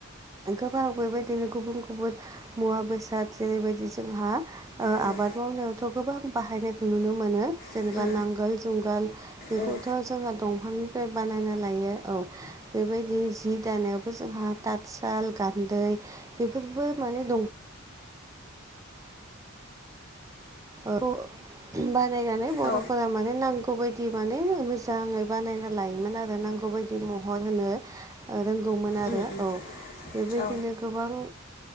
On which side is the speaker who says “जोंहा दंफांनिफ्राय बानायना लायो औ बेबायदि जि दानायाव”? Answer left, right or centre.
Right